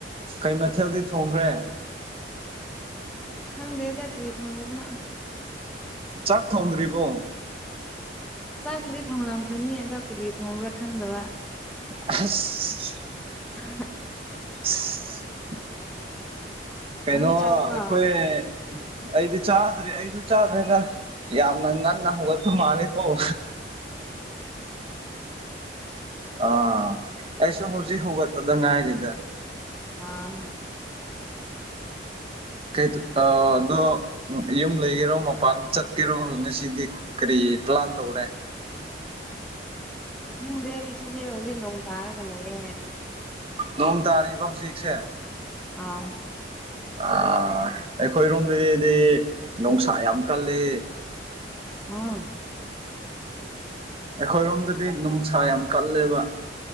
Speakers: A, on the right; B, in the centre.
A: ꯀꯩ ꯃꯊꯦꯜꯗꯤ ꯊꯣꯡꯈ꯭ꯔꯦ
B: ꯈꯪꯗꯦꯗ ꯀꯩ ꯊꯣꯡꯉꯤꯕꯅꯣ
A: ꯆꯥꯛ ꯊꯣꯡꯗ꯭ꯔꯤꯕꯣ
B: ꯆꯥꯛ ꯄꯨꯗꯤ ꯊꯣꯡꯂꯝꯈꯅꯤ ꯑꯗ ꯀꯔꯤ ꯊꯣꯡꯕ꯭ꯔꯥ ꯈꯪꯗꯕ
A: ꯑꯁ
B: <inaudible>
A: <inaudible> ꯀꯩꯅꯣ
B: ꯅꯪꯗꯤ ꯆꯥꯔꯕꯣ
A: ꯑꯩꯈꯣꯏ ꯑꯩꯗꯤ ꯆꯥꯗ꯭ꯔꯦ ꯑꯩꯁꯨ ꯆꯥꯗ꯭ꯔꯒ ꯌꯥꯝꯅ ꯉꯟꯅ ꯍꯧꯒꯠꯄ ꯃꯥꯜꯂꯦꯀꯣ <inaudible> ꯑꯥ ꯑꯩꯁꯨ ꯍꯧꯖꯤꯛ ꯍꯧꯒꯠꯄꯗ ꯉꯥꯏꯔꯤꯗ
B: ꯑꯥ
A: ꯀꯩ ꯑꯗꯣ ꯎ ꯌꯨꯝ ꯂꯩꯒꯦꯔꯣ ꯃꯄꯥꯟ ꯆꯠꯀꯦꯔꯣ ꯉꯁꯤꯗꯤ ꯀꯔꯤ ꯄ꯭ꯂꯥꯟ ꯇꯧꯔꯦ
B: ꯈꯪꯗꯦ ꯉꯁꯤꯁꯦ ꯍꯧꯖꯤꯛ ꯅꯣꯡ ꯇꯥꯔꯒ ꯂꯩꯌꯦ
A: ꯅꯣꯡ ꯇꯥꯔꯤꯕ ꯍꯧꯖꯤꯛꯁꯦ
B: ꯑꯥ
A: ꯑ ꯑꯩꯈꯣꯏꯔꯣꯝꯗꯗꯤꯗꯤ ꯅꯨꯡꯁꯥ ꯌꯥꯝ ꯀꯜꯂꯤ
B: ꯑꯥ
A: ꯑꯩꯈꯣꯏꯔꯣꯝꯗꯗꯤ ꯅꯨꯡꯁꯥ ꯌꯥꯝ ꯀꯜꯂꯦꯕ